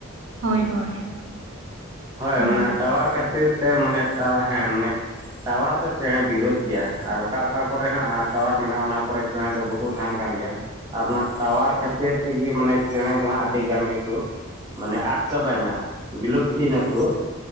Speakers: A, on the right; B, on the right.
A: ᱦᱳᱭ ᱦᱳᱭ
B: ᱦᱳᱭ
A: ᱚᱱᱟ
B: ᱢᱟᱱᱮ
A: ᱠᱷᱟᱹᱛᱤᱨ
B: ᱴᱟᱣᱟᱨ ᱠᱷᱟᱹᱛᱤᱨ ᱛᱮ ᱢᱟᱱᱮ ᱦᱮᱸ ᱢᱟᱱᱮ ᱴᱟᱣᱟᱨ ᱫᱚ ᱪᱮᱬᱮ ᱵᱤᱨᱩᱫᱽ ᱜᱮᱭᱟ ᱟᱨ ᱚᱠᱟ ᱚᱠᱟ ᱠᱚᱨᱮ ᱦᱟᱸᱜ ᱴᱟᱣᱟᱨ ᱢᱮᱱᱟᱜᱼᱟ ᱚᱱᱟ ᱠᱚᱨᱮ ᱪᱮᱬᱮ ᱫᱚ ᱵᱟᱠᱚ ᱛᱟᱦᱮᱱ ᱠᱟᱱ ᱜᱮᱭᱟ ᱟᱨ ᱚᱱᱟ ᱴᱟᱣᱟᱨ ᱠᱷᱟᱹᱛᱤᱨ ᱛᱮᱜᱮ ᱢᱟᱱᱮ ᱪᱮᱬᱮ ᱫᱚ ᱦᱟᱸᱜ ᱟᱹᱰᱤ ᱜᱟᱱ ᱜᱮᱠᱚ ᱢᱟᱱᱮ ᱟᱫ ᱪᱟᱵᱟᱭᱮᱱᱟ ᱵᱤᱞᱩᱯᱛᱤᱭᱮᱱᱟᱠᱚ